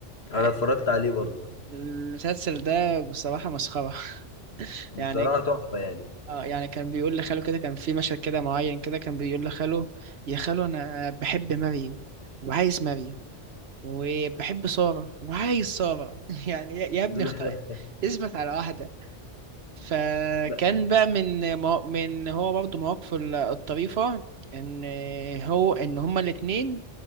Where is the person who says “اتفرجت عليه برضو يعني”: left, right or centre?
Left